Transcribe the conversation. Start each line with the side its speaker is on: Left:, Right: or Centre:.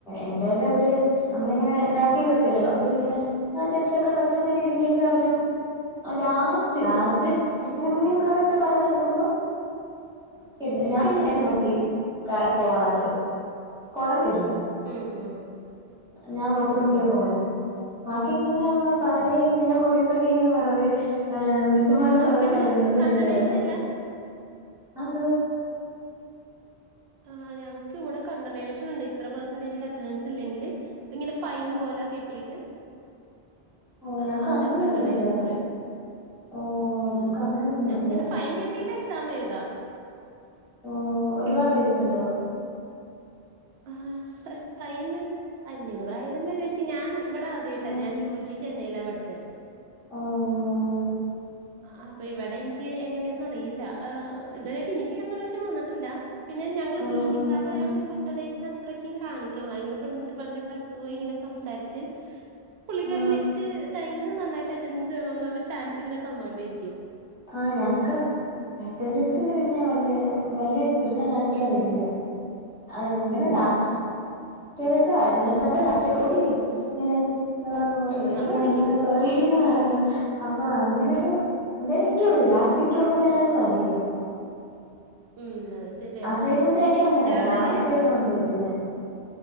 Centre: എന്തായാലും അവര് നമ്മള് ഇങ്ങനെ ഇതാക്കി ഇടത്തില്ലല്ലോ. അവര് ഇങ്ങനെ മാറ്റൻസൊക്കെ പറ്റുന്ന രീതീക്കൊക്കെ അവര് ലാസ്റ്റ് ലാസ്റ്റ്
Right: ഉം
Centre: ഇങ്ങനെ കൊറേ ക്കെ പറ <unintelligible> നോക്കുമ്പോ <unintelligible> ഞന്നെ നോക്കി പോവാറ് കൊറഞ്ഞില്ല
Right: ഉം ഉം
Centre: ഞാൻ നോക്കി നോക്ക്യാ
Right: ആണല്ലേ
Centre: പോവാറ്. ബാക്കി ഇങ്ങനെ <unintelligible> മ്മ പറവേ
Right: ഉം
Centre: ഇങ്ങെനെ ഹോയ്സൊക്കെ ഇങ്ങനെ പറവേ മിസ്സുമാരുടെ <unintelligible>
Right: ആഹ്
Centre: റവേ
Right: പിന്നെ
Centre: അറ്റന്റൻസി
Right: കണ്ടണേഷൻ
Centre: വേണ്ടിടക്കും
Right: ഇല്ല
Centre: അഎന്ത്
Right: ആ ഞങ്ങക്ക് ഇവടെ കണ്ടനേഷൻ ഉണ്ട്. ഇത്ര പേയ്സെന്റേജിൽ അറ്റൻഡൻസ് ഇല്ലെങ്കില് ഇങ്ങന ഫൈൻ
Centre: ആഹ്
Right: പോല കെട്ടീട്ട്.
Centre: ഓ
Right: ആ
Centre: ഞങ്ങക്ക്
Right: അതിനെ
Centre: അങ്ങനൊന്നുല്ല
Right: കണ്ടനേഷന്ന് പറയും
Centre: ഓ
Right: ഉം
Centre: ഞങ്ങക്ക് അങ്ങനൊന്നുല്ല
Right: ഞങ്ങക്കിങ്ങനെ ഫൈൻ കെട്ടിയിട്ട് എക്സാം എഴുതാം
Centre: ഓഹ ഒരുപാട് പൈസുണ്ടോ?
Right: ആഹ ഫൈൻ ഒരു അഞ്ഞൂറായിരം വരെ ഞാൻ ഇവിടെ ആദ്യട്ടാ
Centre: ആഹ്
Right: ഞാൻ യു ജി ചെന്നൈയില പഠിച്ചത്
Centre: ആഹ...
Right: ആഹ അപ്പൊ ഇവിടെ എനിക്ക് എങ്ങനെയൊന്നും അറിയില്ല ഇതുവരായിട്ട് എനിക്ക് കണ്ടോനഷൻ വന്നിട്ടില്ല പിന്നെ ഞങ്ങള്
Centre: ആഹ്
Right: പീ.
Centre: ആഹ്
Right: ജിക്കാരായൊണ്ട് ഇന്ററനേഷൻ അത്രക്കും കാണിക്കണം ഇങ്ങനെ പ്രിൻസിപ്പലിന്റെ ഒക്കെ അടുത്ത് പോയി ഇങ്ങനെ സംസാരിച്ച് പുള്ളിക്കാർ
Centre: ആഹ്
Right: നെക്സ്റ്റ് ടൈം നന്നായിട്ട് അറ്റൻഡൻസ് ചെയ്യണന്ന് പറഞ്ഞ ചാൻസ് ഇങ്ങനെ തന്നോണ്ടിരിക്കും
Centre: ആഹ ഞങ്ങക്ക് അറ്റൻഡൻസിന് പിന്നെ വല്യ വല്യ പിടുത്തം കാണിക്കാറില്ല ഇങ്ങനെ
Right: ഉം
Centre: ലാസ്റ്റ് <unintelligible> അറ്റെൻഡൻസ് ലാസ്റ്റക്കെ ഓടിക്കും ഇങ്ങനെ ആഹ
Right: ഉം
Centre: ഇങ്ങനെ
Right: അത് ഓടിക്കും.
Centre: <unintelligible> പുറകേങ്ങനെ നടക്കണം അപ്പൊ അങ്ങനൊക്കെ എന്തായാലും ഇട്ട് കൊടുക്ക ലാസ് ഇട്ട കൊടുക്കുന്ന എല്ലർക്കും അറിയാം
Right: ഉം അത് ശരിയാ
Centre: അസൈൻമെന്റ്
Right: പിന്നെ
Centre: ആയാലും അങ്ങനാ
Right: ഇന്റാണല്
Centre: ലാസ്റ്റ് ടൈമാ കൊണ്ടോയ്ക്കുന്നെ